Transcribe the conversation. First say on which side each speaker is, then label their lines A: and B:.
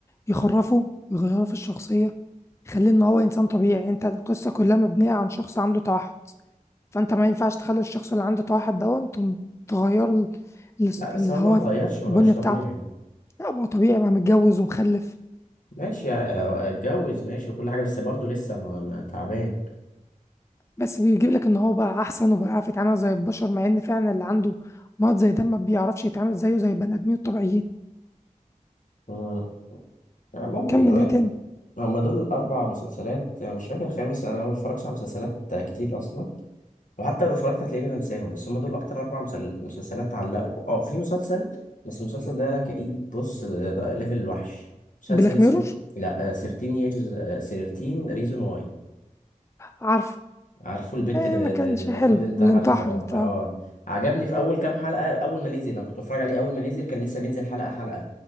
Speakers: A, on the left (about 20°); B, on the left (about 65°).
A: يخرفوا ويغيروا في الشخصيه يخليه ان هو انسان طبيعي انت القصه كلها مبنيه عن شخص عنده توحد فانت ما ينفعش تخلي الشخص اللي عنده توحد ده انتم تغيروا ال- ال-
B: لا بس
A: اللي
B: هو ما
A: هو
B: اتغيرش ما
A: البنيه
B: بقاش طبيعي
A: بتاعته لا ما هو طبيعي بقى متجوز ومخلف
B: ماشي ع- اتجوز ماشي وكل حاجة بس برضه لسه ما ما تعبان
A: بس بيجيب لك ان هو بقى احسن وبقى يعرف يتعامل زي البشر مع ان فعلا اللي عنده مرض زي ده ما بيعرفش يتعامل زيه زي البني ادمين الطبيعيين
B: مم. يعني ممكن
A: كمل
B: وارد
A: ايه تاني
B: هما دول الأربع مسلسلات يعني مش فاكر الخامس أنا ما بتفرجش على مسلسلات كتير أصلا وحتى لو اتفرجت هتلاقيني بنساهم بس هما دول أكتر أربع مسل... مسلسلات علقوا أه في مسلسل بس المسلسل ده كئيب بص ده ده ليفل الوحش مسلسل
A: بلاك
B: اسمه
A: ميرور
B: لا آه، 13 years آه، 13 reason why
A: عارفه
B: عارفه البت
A: إيه
B: اللي
A: ما كانش
B: اللي المفروض
A: حلو
B: انتحرت
A: اللي انتحرت
B: اه آه.
A: اه
B: عجبني في اول كام حلقه اول ما نزل انا كنت بتفرج عليه اول ما نزل كان لسه بينزل حلقه حلقه